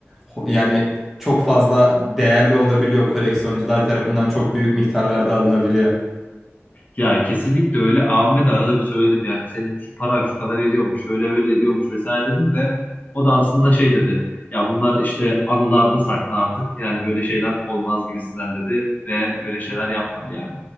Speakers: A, in the centre; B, on the left.
A: ho- yani çok fazla değerli olabiliyor. Koleksiyoncular tarafından çok büyük miktarlarda alınabiliyor.
B: Ya kesinlikle öyle abime de arada bir söyledim yani senin şu paran şu kadar ediyormuş şöyle böyle ediyormuş vesaire dedim de o da aslında şey dedi ya bunlar işte anılarda saklı artık yani böyle şeyler olmaz gibisinden dedi ve öyle şeyler yapmadı yani.